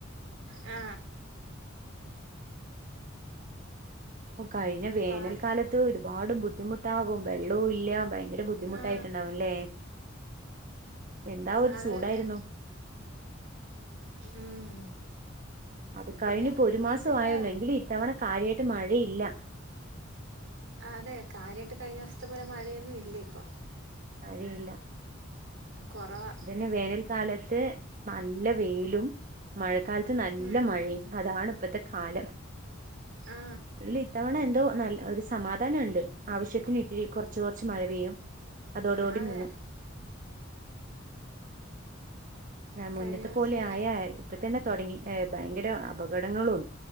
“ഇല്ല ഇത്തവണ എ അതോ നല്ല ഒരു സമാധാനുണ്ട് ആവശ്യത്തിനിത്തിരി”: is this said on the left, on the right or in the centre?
Right